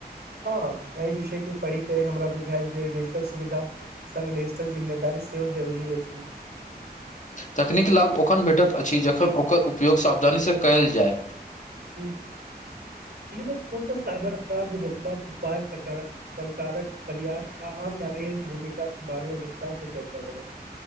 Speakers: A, on the right (about 80°); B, on the left (about 45°).
A: हँ एहि विषय के पढ़िके हमरा बुझायल जे डिजिटल सुविधा संगे डिजिटल जिम्मेदी सेहो जरूरी अछि
B: तकनीकी लाभ ओखन भेटैत अछि जखन ओकर उपयोग सावधानीसँ कयल जाय
A: ह ब ब फोन पर साइबर अपराध रोकबाक उपाय सक <unintelligible> सरकारक प्रयास आ आम नागरिक भूमिका केँ बारेमे विस्तार से चर्चा करब